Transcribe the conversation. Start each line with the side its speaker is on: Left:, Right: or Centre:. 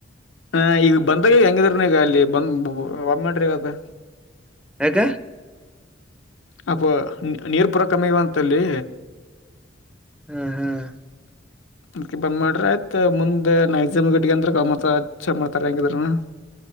Left: ಹ ಈಗ ಬಂದಾಗೆವ ಹೆಂಗಿದ್ರನ ಈಗ ಅಲ್ಲಿ ಬಂದ್ ಮಾಡೆರ ಇವಾಗ
Centre: ಯಾಕ
Left: ಅಪ್ಪ ನೀರ ಪುರ ಕಮಿ ಆಗ್ಯವ ಅಂತಲ್ಲಿ
Centre: ಹ್ಮ ಹ್ಮ್
Left: <inaudible> ಅದ್ಕೆ ಬಂದ್ ಮಾಡ್ರಿ ಆಯ್ತ ಮುಂದೆ ನ ಎಕ್ಸಾಮ್ ಗಡ್ಗ ಅಂದ್ರ ಮತ್ತ ಅಚ್ಚ ಮಾಡ್ತಾರ ಹೆಂಗಿದ್ರನ <inaudible>